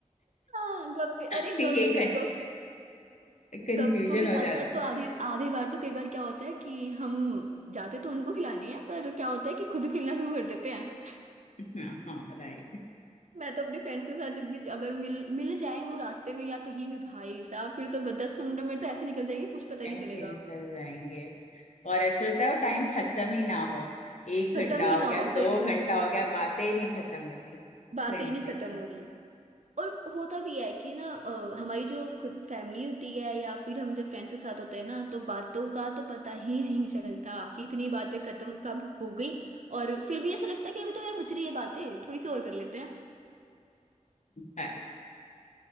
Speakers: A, on the right; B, on the left.
A: हाँ गप्पे अरे
B: <laughs> ये
A: गप गप
B: कंफ्यूजन
A: गप्पों के
B: हो
A: साथ
B: जाता
A: साथ
B: है
A: तो आधी आधी बार तो कई बार क्या होता है कि हम जाते तो उनको खिलाने हैं पर क्या होता है कि खुद खेलना शुरू कर देते हैं
B: हाँ राइट
A: मैं तो अपने फ्रेंड्स के साथ जब भी अगर मिल मिल जाए वो रास्ते में या कहीं भी भाई साहब फिर तो दस पंद्रह मिनट तो ऐसे निकल जाएंगे कुछ पता ही
B: ऐसे
A: नहीं चलेगा
B: निकल जाएंगे और ऐसे होता है वो टाइम खत्म ही ना हो एक
A: खत्म
B: घंटा
A: ही
B: हो
A: ना
B: गया
A: हो सही
B: दो
A: बोल
B: घंटा
A: रहे हो बिल्कुल
B: हो गया बातें ही नहीं खत्म होती फ्रेंड्स
A: बातें ही नहीं
B: के
A: खत्म
B: साथ
A: हो रही और होता भी है कि ना अ, हमारी जो खुद फैमिली होती है या फिर हम जब फ्रेंड्स के साथ होते हैं ना तो बातों का तो पता ही नहीं चलता कि इतनी बातें खत्म कब हो गई और फिर भी ऐसा लगता है कि अभी तो यार बच रही है बातें थोड़ी सी और कर लेते हैं
B: राइट